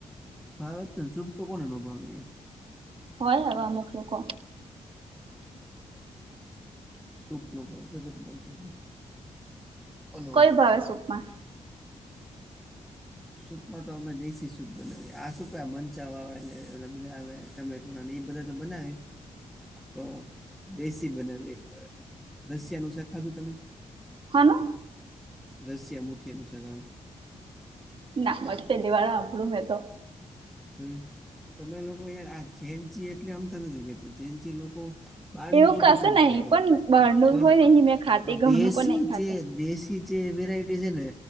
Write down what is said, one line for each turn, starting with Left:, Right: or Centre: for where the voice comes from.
Centre: ભાવે ને સુપ તો કોને ન ભાવે,
Right: હોય આવા અમુક લોકો,
Centre: સૂપ નો ભાવ ગજબ માણસો છે. ઓલો
Right: કયું ભાવે સુપમા?
Centre: સૂપમાં તો અમે દેશી સૂપ બનાવીએ આ સૂપ મંચા આવે બધા આવે. એ બધા તો બનાવે, પક દેશી બનાવી એક રશિયાનું શાક ખાધું તમે,
Right: હાલો.
Centre: રસિયા મુઠીનુ સાક આવે.
Right: ના <unintelligible> અબડું મે તો.
Centre: જોયું તમે લોકો યાર આ જેનજી એટલે અમતા નથી કેતો જેનજી લોકો, બારને
Right: એવું
Centre: બધું
Right: કશું
Centre: પૂરચાય
Right: નહી
Centre: કરે
Right: પણ બહારનું
Centre: પણ
Right: હોય નહી મેં ખાતી ઘરનું
Centre: દેશી
Right: પણ નહી ખાતું
Centre: જે દેશી, જે વેરાયટી છે ને